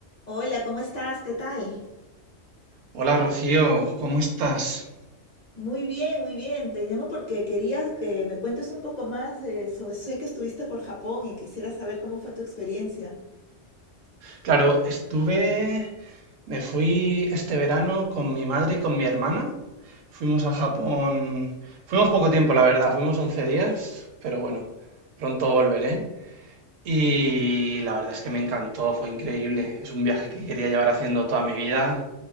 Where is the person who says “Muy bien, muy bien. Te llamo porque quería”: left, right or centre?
Left